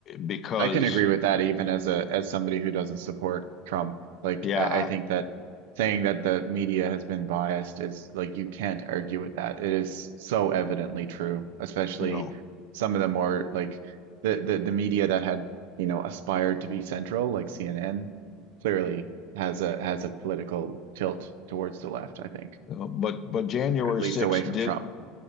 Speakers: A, on the left; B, on the right.
A: because
B: I can agree with that even as a as somebody who doesn't support Trump. Like
A: yeah
B: I,
A: I,
B: I think that saying that the media has been biased is like you can't argue with that. It is so evidently true, especially
A: you know
B: some of the more like the the, the media that had, you know, aspired to be central, like CNN, clearly has a has a political tilt towards the left, I think.
A: uh, but but January
B: at least
A: 6th
B: away from
A: did
B: Trump.